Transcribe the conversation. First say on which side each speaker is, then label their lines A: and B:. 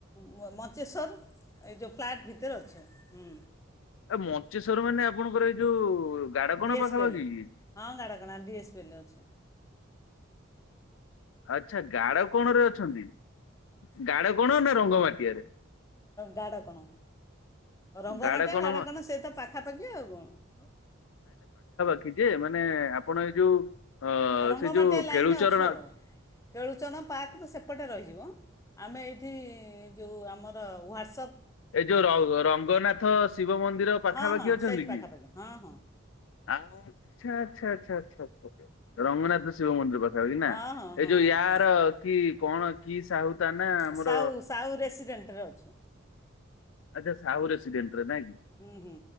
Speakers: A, on the left (about 15°); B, on the left (about 75°).
A: ମ ମଞ୍ଚେଶ୍ୱର ଏ ଯୋଉ ଫ୍ଲାଟ୍ ଭିତରେ ଅଛୁ ହୁଁ।
B: ଏ ମଞ୍ଚେଶ୍ଵର ମାନେ ଆପଣଙ୍କର ଏଇ ଯୋଉ ଗାଡକଣ
A: ଡ଼ିଏସ୍ପେଲ୍
B: ପାଖାପାଖି କି?
A: ହଁ ଗାଡ଼କଣା ଡ଼ିଏସ୍ପେଲ୍ ରେ ଅଛୁ।
B: ଆଛା ଗାଡକଣ ରେ ଅଛନ୍ତି ଗାଡକଣ ନା? ରଙ୍ଗମାଟଆ ରେ?
A: ଗାଡକଣ। ରଙ୍ଗମାଟିଆ
B: ଗାଡକଣ
A: ଗାଡ଼କଣ ସେ ତ ପାଖା ପାଖି ଆଉ କଣ
B: ପାଖି ଯେ ମାନେ ଆପଣ ଏଇ ଯୋଉ ଅ
A: ରଙ୍ଗମାଟିଆ
B: ସେ ଯୋଉ
A: ଲାଇନ୍ରେ
B: କେଳୁଚରଣ
A: ଅଛୁ ଆଉ କେଳୁଚନ ପାର୍କ ତ ସେପଟେ ରହିଯିବ ଆମେ ଏଇଠି ଯେଉଁ ଆମର ୱାଟ୍ସ
B: ଏ ଯୋଉ ରଙ୍ଗ ରଙ୍ଗନାଥ ଶିବ ମନ୍ଦିର ପାଖା
A: ହଁ
B: ପାାଖି
A: ହଁ
B: ଅଛନ୍ତି
A: ସେଇଠି ପାଖାପାଖି
B: କି?
A: ହଁ ହଁ
B: ଆଚ୍ଛା ଆଚ୍ଛା ଆଛା ଆଛା ଆଛା। ରଙ୍ଗନାଥ ଶିବ ମନ୍ଦିର କଥା ହଉ କି ନା
A: ହଁ ହଁ
B: ଏଇ
A: ହଁ
B: ଯୋଉ ୟାର
A: ହଁ
B: କି କଣ କି ସାହୁ ତା ନା ଆମର
A: ସାଉ ସାଉ ରେସିରେଣ୍ଟରେ ଅଛୁ।
B: ଆଛା ସାହୁ ରେସିରେଣ୍ଟରେ ନା କି
A: ହୁଁ ହୁଁ